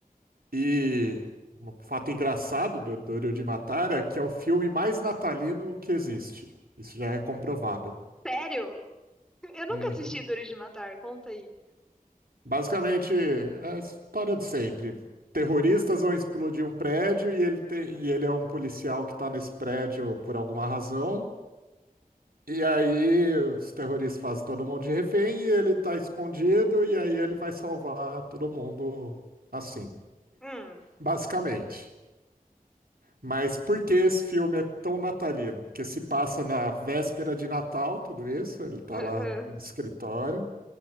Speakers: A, on the right; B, in the centre.
A: E um fato engraçado do Doro de Matar é que é o filme mais natalino que existe. Isso já é comprovado.
B: Sério? Eu nunca
A: Uhum.
B: assisti Duro de Matar. Conta aí.
A: Basicamente, é a história de sempre. Terroristas vão explodir um prédio e ele tem, e ele é um policial que está nesse prédio por alguma razão. E aí os terroristas fazem todo mundo de refém e ele está escondido e aí ele vai salvar todo mundo assim,
B: Hum.
A: basicamente. Mas por que esse filme é tão natalino? Porque se passa na véspera de Natal, tudo isso, ele tá
B: <laughs>
A: lá no escritório.